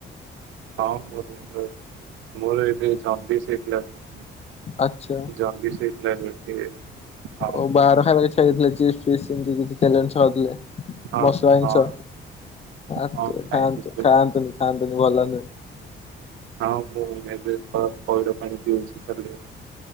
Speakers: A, on the right; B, on the left.
A: ହଁ ବହୁତ ଭଲ ଅଛି ମୋର ଏବେ ଜଣ୍ଡିସ ହେଇଥିଲା ପା।
B: ଆଛା।
A: ଜଣ୍ଡିସ ହେଇଥିଲାଏବେ ଟିକେ। ହଁ
B: ଓ ବାହାର ଖାଇବା କିଛି ହେଇଥିଲା ଚିପ୍ସ୍ ଫିପ୍ସ୍ ଏମିତି କିଛି ତେଲରେ ଛାନ୍ଥିଲେ।
A: ହଁ
B: ମସଲା ଜିନିଷ।
A: ହଁ
B: ଆ
A: ହଁ
B: ତ
A: ଖାଇଥିଲି
B: ଖାଆନ୍ତୁ। ଖାଆନ୍ତୁନି, ଖାଆନ୍ତୁନି ଭଲ ନୁହଁ।
A: ହଁ ମୁଁ ଏବେ ପଇ-ପଇଡ ପାଣି ପିଉଛି, ହେଲେ